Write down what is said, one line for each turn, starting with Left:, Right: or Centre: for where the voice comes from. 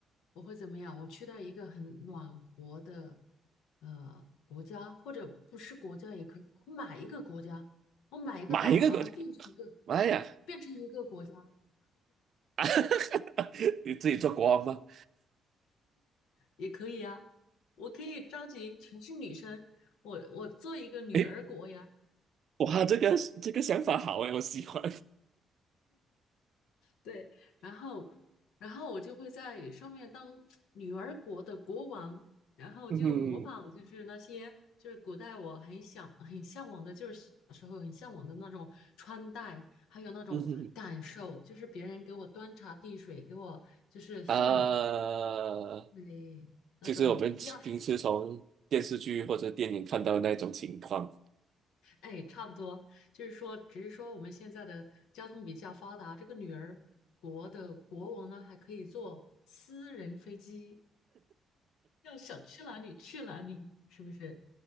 Left: 我会怎么样？我去到一个很暖和的呃国家，或者不是国家也可以，我买一个国家，我买一个岛，
Right: 买一个过去，
Left: 把它变成一个
Right: 妈呀！
Left: 变成一个国家
Right: <laughs> 你自己做国王吗？
Left: 也可以呀。我可以召集全是女生，我我做一个女儿国呀。
Right: 诶，哇，这个这个想法好诶，我喜欢。
Left: 对，然后，然后我就会在上面当女儿国的国王，然后就模仿，
Right: <laughs> 嗯哼
Left: 就是那些就是古代我很想很向往的，就是小时候很向往的那种穿戴，还有那种感受，
Right: 嗯哼，
Left: 就是别人给我端茶递水，给我就是送，
Right: 呃，
Left: 对，那种钥匙，
Right: 就是我们平时从电视剧或者电影看到的那种情况。
Left: 哎，差不多，就是说，只是说我们现在的交通比较发达，这个女儿国的国王呢，还可以坐私人飞机。要想去哪里去哪里，是不是？